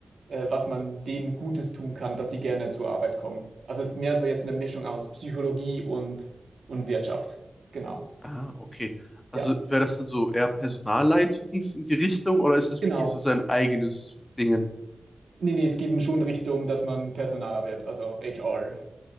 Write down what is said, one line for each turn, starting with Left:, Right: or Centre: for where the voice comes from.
Right: äh, was man denen Gutes tun kann, dass sie gerne zur Arbeit kommen. Also es ist mehr so jetzt eine Mischung aus Psychologie und, und Wirtschaft. Genau.
Left: Ah, okay. Also
Right: Ja,
Left: wäre das dann so eher Personalleitung in die Richtung oder ist das
Right: genau.
Left: wirklich so sein eigenes Ding?
Right: Nee, nee, es geht schon Richtung, dass man personaler wird, also HR.